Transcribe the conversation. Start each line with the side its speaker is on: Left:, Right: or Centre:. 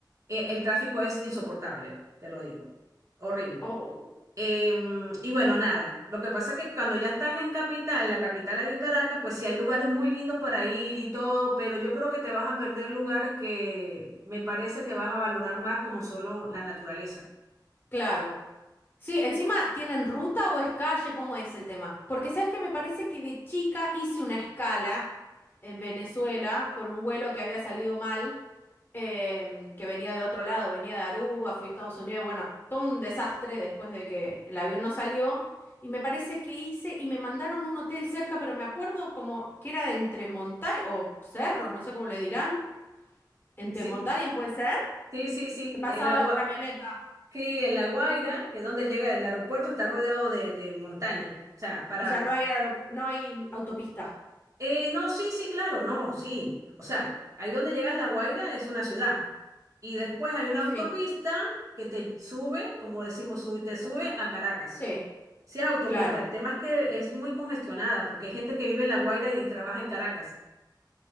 Right: eh, el tráfico es insoportable, te lo digo, horrible.
Left: Oh,
Right: Em, y bueno, nada, lo que pasa es que cuando ya estás en capital, en la capital ahí en Caracas, pues sí hay lugares muy lindos para ir y todo, pero yo creo que te vas a perder lugares que me parece que vas a valorar más como solo la naturaleza.
Left: claro. Sí, encima, ¿tienen ruta o es calle? ¿Cómo es el tema? Porque sabes que me parece que de chica hice una escala en Venezuela por un vuelo que había salido mal, em, que venía de otro lado, venía de Aruba, fui a Estados Unidos, bueno, todo un desastre después de que el avión no salió. Y me parece que hice y me mandaron un hotel cerca, pero me acuerdo como que era entre montañas o cerros, no sé cómo le dirán, entre
Right: Sí,
Left: montañas puede ser,
Right: sí, sí, sí,
Left: que pasaba
Right: en la, Gua-
Left: la camioneta.
Right: sí, en La Guaira, que es donde llega el aeropuerto, está rodeado de, de montaña, o sea, para...
Left: O sea, no hay, aerop- no hay autopista.
Right: Eh, no, sí, sí, claro, no, sí. O sea, ahí donde llegas La Guaira es una ciudad. Y después hay una
Left: Sí,
Right: autopista que te sube, como decimos, sube- te sube a Caracas.
Left: sí,
Right: Sí es autopista,
Left: claro,
Right: el tema es que es muy congestionada porque hay gente que vive en La Guaira y trabaja en Caracas.